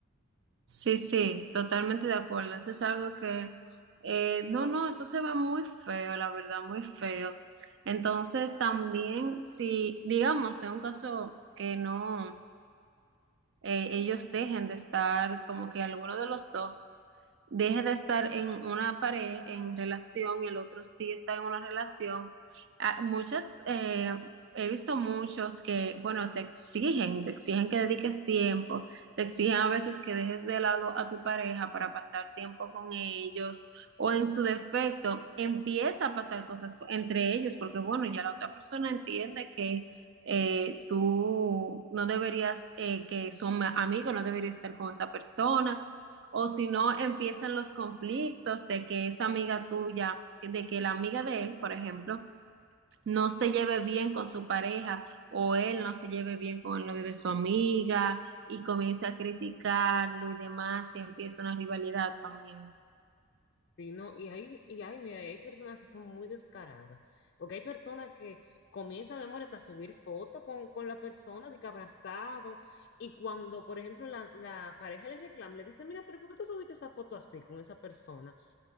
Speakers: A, on the right; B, on the left.
A: Sí, sí, totalmente de acuerdo. Eso es algo que, eh, no, no, eso se ve muy feo, la verdad, muy feo. Entonces, también si, digamos, en un caso que no eh, ellos dejen de estar, como que alguno de los dos deje de estar en una pareja, en relación, y el otro sí está en una relación. Ah, muchas, eh, he visto muchos que, bueno, te exigen, te exigen que dediques tiempo, te exigen a veces que dejes de lado a tu pareja para pasar tiempo con ellos, o en su defecto, empieza a pasar cosas co- entre ellos, porque bueno, ya la otra persona entiende que eh, tú no deberías, eh, que son amigos, no deberías estar con esa persona, o si no empiezan los conflictos de que esa amiga tuya, de que la amiga de él, por ejemplo, no se lleve bien con su pareja o él no se lleve bien con el novio de su amiga y comienza a criticarlo y demás y empieza una rivalidad también.
B: Sí, no, y hay, y hay, mira, y hay personas que son muy descaradas, porque hay personas que comienzan, mi amor, hasta a subir fotos con, con la persona, de que abrazado, y cuando, por ejemplo, la, la pareja le reclama, le dice, mira, pero ¿por qué tú subiste esa foto así con esa persona?